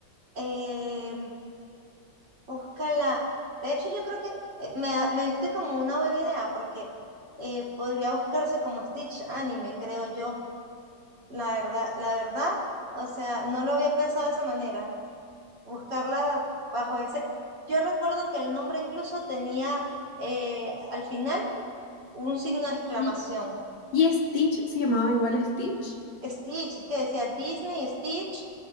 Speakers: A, on the right; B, on the left.
A: em, Búscala. De hecho, yo creo que eh, me, da- me diste como una buena idea porque eh, podría buscarse como Stitch Anime, creo yo. La verdad, la verdad, o sea, no lo había pensado de esa manera. Buscarla bajo ese. Yo recuerdo que el nombre incluso tenía eh, al final un signo de exclamación.
B: ¿Y, y Stitch se llamaba igual Stitch?
A: Stitch, que decía Disney, Stitch,